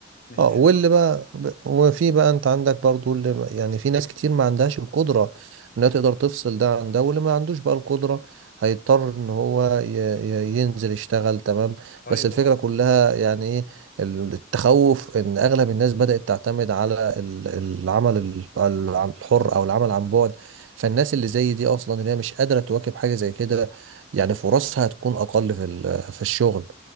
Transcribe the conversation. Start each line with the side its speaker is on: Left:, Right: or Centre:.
Left: مش
Right: اه
Left: هينفع
Right: واللي بقى ب- وفي بقى انت عندك برضو اللي ما- يعني في ناس كتير ما عندهاش القدرة انها تقدر تفصل ده عن ده واللي ما عندوش بقى القدرة هيضطر ان هو ي- ي- ينزل يشتغل تمام
Left: أيوه
Right: بس الفكرة
Left: اه.
Right: كلها يعني ايه ال- التخوف ان اغلب الناس بدأت تعتمد على ال- العمل ال- ال- عن الحر او العمل عن بعد فالناس اللي زي دي اصلا اللي هي مش قادرة تواكب حاجة زي كده يعني فرصها هتكون اقل في ال- في الشغل